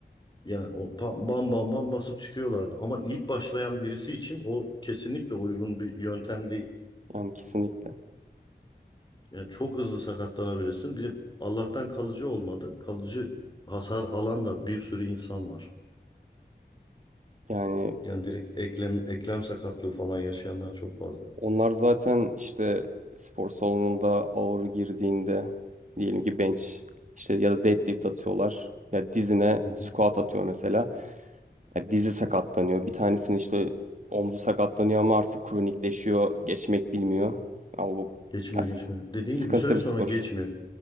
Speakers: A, on the left; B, on the right.
A: Yani o pa- bam bam bam basıp çıkıyorlardı. Ama ilk başlayan birisi için o kesinlikle uygun bir yöntem değil.
B: Yani kesinlikle.
A: Yani çok hızlı sakatlanabilirsin. Bir de Allah'tan kalıcı olmadı. Kalıcı hasar alan da bir sürü insan var.
B: Yani
A: Yani direkt eklem eklem sakatlığı falan yaşayanlar çok fazla.
B: onlar zaten işte spor salonunda ağır girdiğinde diyelim ki bench işte ya da deadlift atıyorlar. Ya dizine
A: Hı hı.
B: squat atıyor mesela. Ya dizi sakatlanıyor. Bir tanesinin işte omzu sakatlanıyor ama artık kronikleşiyor. Geçmek bilmiyor. Ama bu
A: Geçmiyor
B: ya s-
A: geçmiyor. Dediğin
B: sıkıntı
A: gibi bir süre sonra
B: bir spor.
A: geçmiyor.